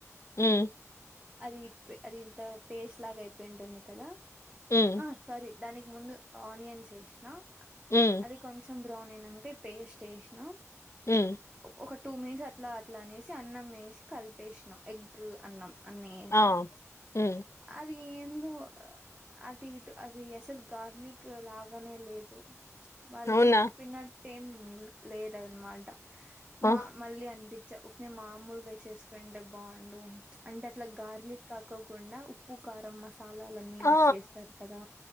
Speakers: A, on the left; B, on the right.
A: ఉమ్
B: అది పే అది ఇంత పేస్ట్ లాగా అయిపోయింటుంది కదా
A: ఉమ్
B: ఆ సారీ దానికి ముందు ఆనియన్స్ ఎసినా
A: ఉమ్
B: అది కొంచెం బ్రౌన్ అయిక పేస్ట్ ఎసిన
A: ఉమ్
B: ఒక టూ మినిట్స్ అట్లా ఏసీ అన్నం వేసి కలిపేసినాం ఎగ్ అన్నం అన్ని ఏసి
A: ఆ ఉమ్
B: అదిఏందో అటు ఇటు అది అసలు గార్లిక్ లాగానే లేదు వాళ్ళు
A: అవునా
B: చూప్పినటైం లేదన్నమాట
A: ఆ
B: మా మళ్ళీ అనిపి ఒకే మామూలుగాయ చేసుకుంటే బాగుండు అంటే అట్లా గార్లిక్ కాక్కకుండా ఉప్పు కా కారం మసాలాలన్నీ
A: ఆ
B: ఎస్సేసినామ్ కదా